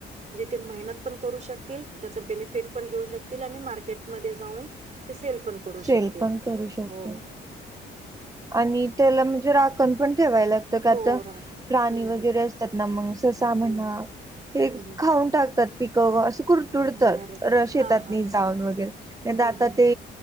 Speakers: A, on the right (about 35°); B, on the right (about 15°).
A: जे ते मेहनत पण करू शकतील त्याच बेनिफिट पण घेऊ शकतील आणि मार्केटमध्ये जाऊन ते सेल पण करू
B: सेल
A: शकतील
B: पण करू शकतो
A: हो
B: आणि त्याला म्हणजे राखण पण ठेवाय लागते का
A: हो
B: आता
A: राखण
B: प्राणी
A: हम्म
B: वगैरे
A: हम्म
B: असतात ना मग ससा म्हणा
A: हम्म
B: ते
A: हम्म हम्म
B: खाऊन टाकतात पिक असं कु तुडतात
A: अरे अरे
B: शेतात
A: हा हा
B: जाऊन वगैरे नाही
A: हम्म
B: तर आता
A: हम्म
B: ते